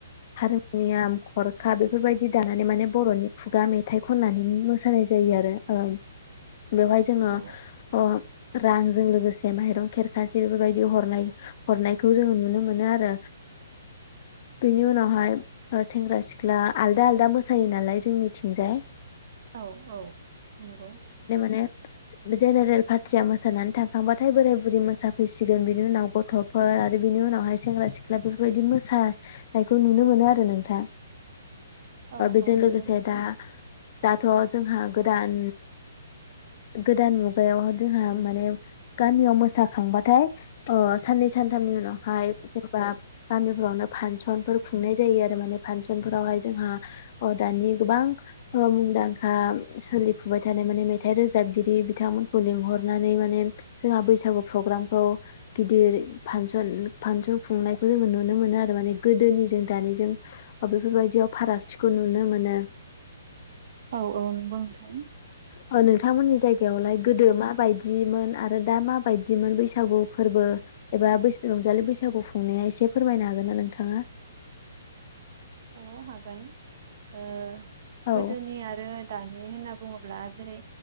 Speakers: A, on the left; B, on the right.
A: हारमुनियाम खरखा बेफोरबायदि दानानै माने बर'नि खुगा मेथाइ खननानै मोसानाय जायो आरो औ। बेवहाय जोङो अ‌
B: औ
A: रां जों लोगोसे माइरं खेरखासे बेफोरबायदि हरनाय हरनायखौ जोङो नुनो मोनो आरो बेनि उनावहाय ओ सेंग्रा सिख्ला आलदा आलदा मोसायो नालाय जोंनिथिंजाय
B: औ औ नंगौ ।
A: ने जेनेरेल पार्टिया मोानानै थांखांबाथाय बोराय बुरि मोसाफैसिगोन बिनि उनाव गथ'फोर आरो बिनि उनावहाय सेंग्रा सिख्ला बेफोरबायदि मोसानायखौ नुनो मोनो आरो नोंथां ।
B: औ
A: अ बेजों
B: औ नंगौ
A: लोगोसे
B: नोंथां
A: दा दाथ' जोंहा गोदान गोदान मुगायाव जोंहा माने गामियाव मोसाखांबाथाय ओ साननै सानथामनि उनावहाय जेन बा गामिफोरावनो फांसनफोर खुंनाय जायो आरो माने फांसनफोरावहाय जोंहा ओ दानि गोबां ओ मुंदांखा सोलिफुबाय थानाय माने मेथ मेथाइ रोजाबगिरि बिथांमोनखौ लिंहरनानै माने जोंहा बैसागु प्रग्रामखौ गिदिर फांसन-फांसन खुंनायखौ जोङो नुनो मोनो आरो माने गोदोनि जों दानिजों बेफोरबायदियाव फारागथिखौ नुनो मोनो।
B: औ औ नंगौ नोंथां।
A: अ नों नोंथांमोननि जायगायावलाय गोदो मा माबायदिमोन आरो दा मा बायदिमोन बैसागु फोरबो एबा रंजालि बैसागु खुंनाया एसे फोरमायनो हागोन ना नोंथाङा?
B: औ हागोन ओ
A: औ
B: गोदोनि आरो दानि होनना बुङोब्ला जेरै